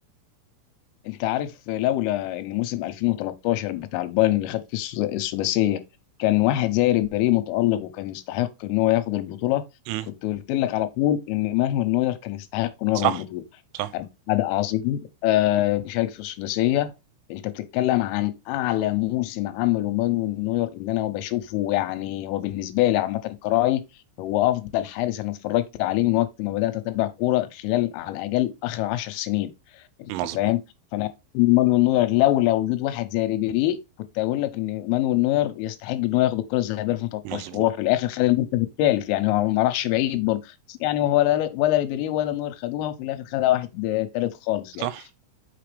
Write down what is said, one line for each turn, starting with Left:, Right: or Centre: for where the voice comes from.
Left: انت عارف لولا ان موسم 2013 بتاع البايرن اللي خد فيه السد- السداسيه كان واحد زي ريبيري متالق وكان يستحق ان هو ياخد البطوله
Right: امم
Left: كنت قلت لك على طول ان مانويل نوير كان يستحق انه
Right: صح
Left: ياخد البطوله
Right: صح
Left: أداء عظيم آه، بيشارك في السداسية أنت بتتكلم عن أعلى موسم عمله مانويل نوير اللي أنا بشوفه يعني هو بالنسبة لي عامة كرأي هو أفضل حارس أنا اتفرجت عليه من وقت ما بدأت أتابع كورة خلال على الأقل آخر 10 سنين أنت
Right: مظبوط
Left: فاهم؟ فأنا مانويل نوير لولا وجود واحد زي ريبيري كنت أقول لك إن مانويل نوير يستحق إن هو ياخد الكرة الذهبية 2013
Right: مظبوط
Left: وهو في الآخر خد المركز الثالث يعني هو ما راحش بعيد يعني ولا ولا ريبيري ولا نور خدوها وفي الاخر خدها واحد آه، تالت خالص يعني
Right: صح